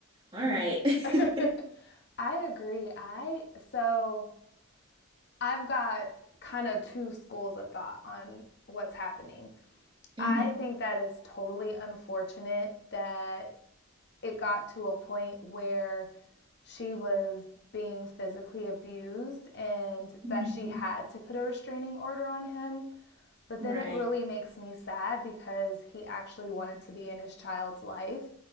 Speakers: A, on the right; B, on the left.
A: alright
B: <laughs> I
A: <laughs>
B: agree. I so I've got kind of two schools of thought on what's happening.
A: hmm
B: I think that is totally unfortunate that it got to a point where she was being physically abused and
A: hmm
B: that she had to put a restraining order on him. But then
A: right.
B: it really makes me sad because he actually wanted to be in his child's life.